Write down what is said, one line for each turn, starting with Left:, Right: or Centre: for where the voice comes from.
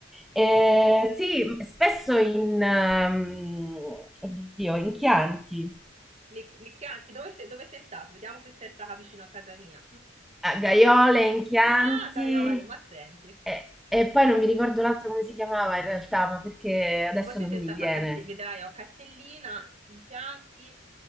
Centre: eh, sì, spesso in, ehm, oddio, in Chianti.
Right: Nic- Nicchianti, dove sei, dove sei stato? Vediamo se sei stata vicino a casa mia.
Centre: a Gaiole, Enchianti
Right: Ah, Caiole, ma senti.
Centre: e, e poi non mi ricordo l'altro come si chiamava in realtà, ma perché adesso
Right: Forse
Centre: non
Right: sei
Centre: mi
Right: stata
Centre: viene.
Right: a Castellina, vedrai, o a Castellina, in Chianti,